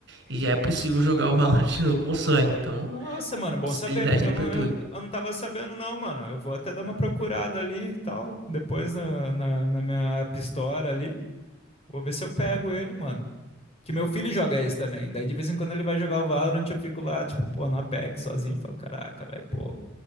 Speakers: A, on the right (about 60°); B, on the left (about 30°).
A: E já é possível jogar o Valorant <laughs> no console. Então,
B: Nossa, mano, bom
A: possibilidade
B: saber, porque
A: aí
B: eu
A: pra
B: não,
A: tu.
B: eu, eu não tava sabendo, não, mano. Eu vou até dar uma procurada ali e tal, depois na, na, na minha App Store ali. Vou ver se eu pego ele, mano. Que meu filho joga esse também. Daí de vez em quando ele vai jogar o Valorant, eu fico lá, tipo, pô, no Apex sozinho. Falo, caraca, velho, pô.